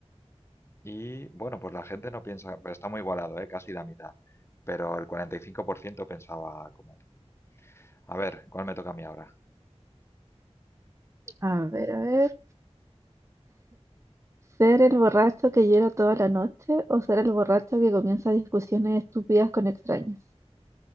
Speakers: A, on the left; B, on the right.
A: Y bueno, pues la gente no piensa, pero está muy igualado, ¿eh? Casi la mitad. Pero el 45% pensaba como tú. A ver, ¿cuál me toca a mí ahora?
B: A ver, a ver. ¿Ser el borracho que llora toda la noche o ser el borracho que comienza discusiones estúpidas con extraños?